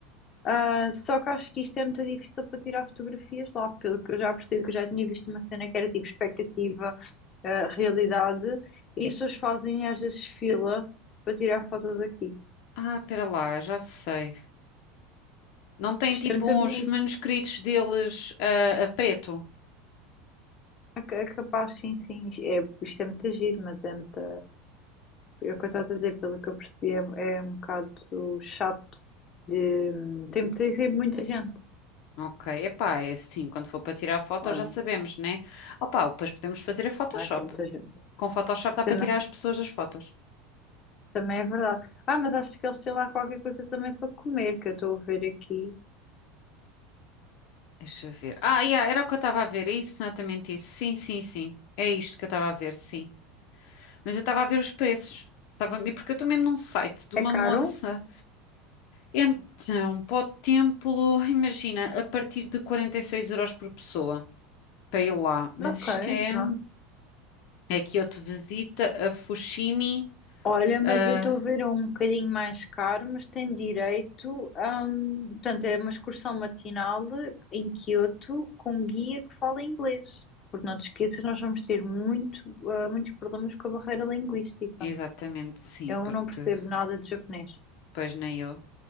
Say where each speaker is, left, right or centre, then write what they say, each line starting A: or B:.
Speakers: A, on the left (about 35°); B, on the left (about 60°).
A: Ah, só que acho que isto é muito difícil para tirar fotografias lá, pelo que eu já percebi, que eu já tinha visto uma cena que era tipo expectativa, ah, realidade, e as pessoas fazem às vezes fila para tirar fotos aqui.
B: Ah, pera lá, já sei. Não tem
A: Que
B: tipo
A: isto é muito
B: uns
A: bonito.
B: manuscritos deles ah, a, preto?
A: É ca- é capaz, sim, sim. É, isto é muito giro, mas é muito. É o que eu estou a dizer, pelo que eu percebi, é, é um bocado chato de. Tem de ser sempre muita gente.
B: Ok, epá, é assim, quando for para tirar a foto
A: Olha,
B: já sabemos, né? Opá, depois podemos fazer a Photoshop.
A: há aqui muita gente.
B: Com Photoshop dá
A: Também,
B: para tirar as pessoas das fotos.
A: também é verdade. Ah, mas acho que eles têm lá qualquer coisa também para comer, que eu estou a ver aqui.
B: Deixa eu ver. Ah, yeah, era o que eu estava a ver. É exatamente isso. Sim, sim, sim. É isto que eu estava a ver, sim. Mas eu estava a ver os preços. Estava... e Porque eu estou mesmo num site de
A: É
B: uma
A: caro?
B: moça. Então, para o templo, imagina, a partir de 46 euros por pessoa para ir lá. Mas
A: Ok,
B: isto é,
A: pronto.
B: é Kyoto Visita, a Fushimi.
A: Olha, mas
B: a-
A: eu estou a ver um bocadinho mais caro, mas tem direito a. portanto, é uma excursão matinal em Quioto com um guia que fala inglês. Porque não te esqueças, nós vamos ter muito, ah, muitos problemas com a barreira linguística.
B: Exatamente, sim,
A: Eu
B: porque
A: não percebo nada de japonês.
B: pois nem eu.